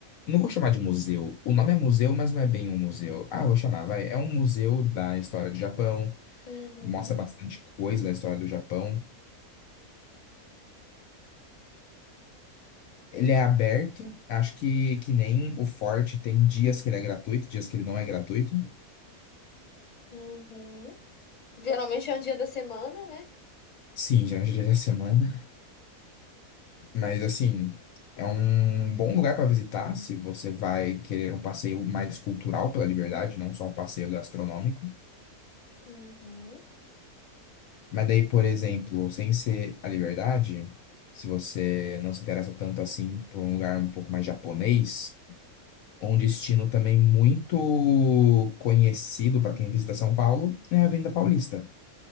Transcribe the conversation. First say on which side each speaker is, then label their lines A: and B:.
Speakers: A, on the left; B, on the left.
A: Não vou chamar de museu. O nome é museu, mas não é bem um museu. Ah, vou chamar, vai. É um museu da história do Japão.
B: Uhum.
A: Mostra bastante coisa da história do Japão. Ele é aberto, acho que, que nem o Forte tem dias que ele é gratuito, dias que ele não é gratuito.
B: Uhum. Geralmente é um dia da semana, né?
A: Sim, geralmente dia da semana. Mas assim, é um bom lugar para visitar se você vai querer um passeio mais cultural pela Liberdade, não só um passeio gastronômico.
B: Uhum.
A: Mas daí, por exemplo, sem ser a Liberdade, se você não se interessa tanto assim por um lugar um pouco mais japonês, um destino também muito conhecido para quem visita São Paulo é a Avenida Paulista.